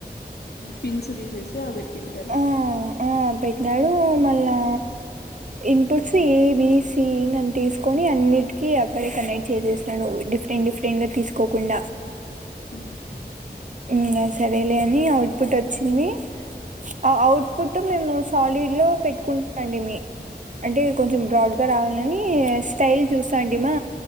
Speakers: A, on the left (about 75°); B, on the right (about 50°).
A: పిన్స్ తీసేసి అవి పెట్టింటారు
B: ఆ ఆ పెట్టినాడు మళ్ళా ఇన్పుట్స్ ఏ బీ సీ నన్ తీసుకొని అన్నిటికి అక్కడే కనెక్ట్ చేసేస్నాడు డిఫరెంట్ డిఫరెంట్ గా తీసుకోకుండా
A: ఊ
B: ఇంగ సరేలే అని అవుట్ పుట్ వచ్చింది ఆ ఔట్ పుట్ మేము సాలిడ్ లో <unintelligible> పెట్టుకుంటా డిమి అంటే కొంచెం బ్రాడ్ లని స్టైల్ చూసాంటిమా